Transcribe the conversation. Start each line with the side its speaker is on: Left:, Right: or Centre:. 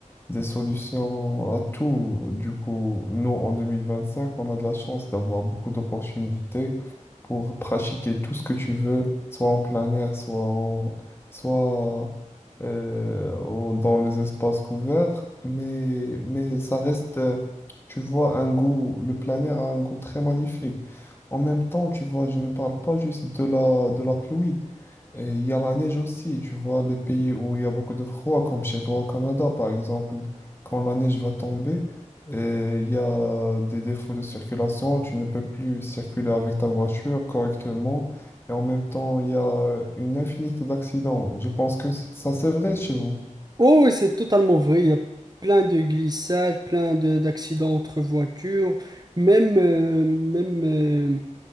Left: des solutions à tout. Du coup, nous, en 2025, on a de la chance d'avoir beaucoup d'opportunités pour pratiquer tout ce que tu veux, soit en plein air, soit, en- soit euh, en- dans les espaces couverts. Mais, mais ça reste, euh, tu vois, un goût, le plein air a un goût très magnifique. En même temps, tu vois, je ne parle pas juste de la, de la pluie. Et il y a la neige aussi, tu vois, les pays où il y a beaucoup de froid, comme chez toi au Canada, par exemple, quand la neige va tomber, euh, il y a des défauts de circulation, tu ne peux plus circuler avec ta voiture correctement, et en même temps, il y a une infinité d'accidents. Je pense que c- ça, c'est vrai chez vous.
Right: Oh, oui, c'est totalement vrai. Il y a plein de glissades, plein de- d'accidents entre voitures, même, euh, même euh,